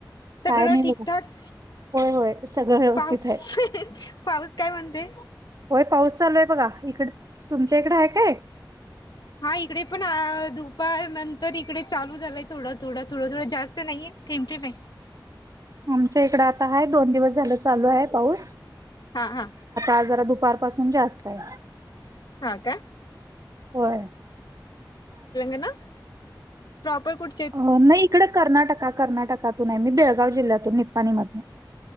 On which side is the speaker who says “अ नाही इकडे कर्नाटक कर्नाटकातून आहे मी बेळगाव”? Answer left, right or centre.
Right